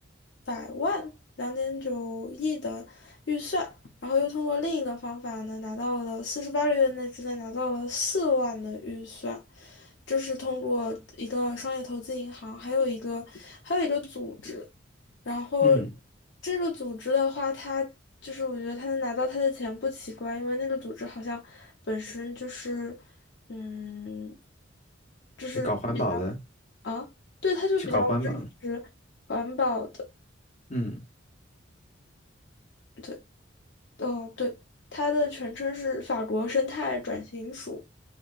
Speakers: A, on the left; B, on the left.
A: 百万、两点九亿的预算，然后又通过另一个方法呢，拿到了四十八个月内之内拿到了四万的预算，这是通过一个商业投资银行，还有一个还有一个组织。然后
B: 嗯，是
A: 这个组织的话，它就是我觉得他能拿到他的钱不奇怪，因为那个组织好像本身就是，嗯，就是比较
B: 搞环保的，
A: 啊，对，他就比较支持环保的，
B: 是搞环保的，嗯
A: 对，哦，对，它的全称是法国生态转型署，